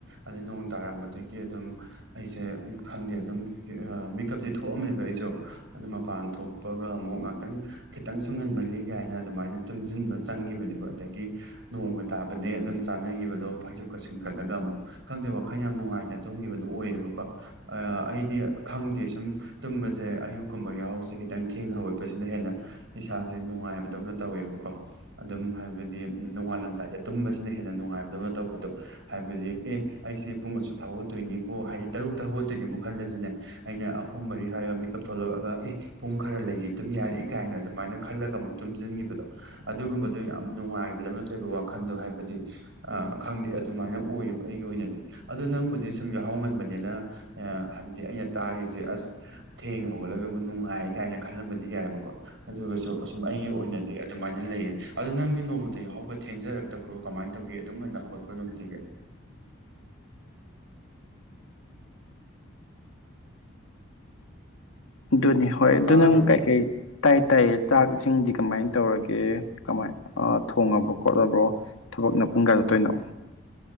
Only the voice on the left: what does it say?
ꯑꯗꯨꯅꯤ ꯍꯣꯏ ꯑꯗꯨ
ꯅꯪ ꯀꯩꯀꯩ ꯇꯥꯏ ꯇꯥꯏ ꯆꯥꯛ ꯏꯁꯤꯡꯗꯤ ꯀꯃꯥꯏꯅ ꯇꯧꯔꯒꯦ ꯀꯃꯥꯏ ꯑꯥ ꯊꯣꯡꯉꯕ꯭ꯔꯣ ꯈꯣꯠꯂꯕ꯭ꯔꯣ ꯊꯕꯛꯅ ꯄꯨꯡ ꯀꯌꯥ ꯆꯠꯇꯣꯏꯅꯣ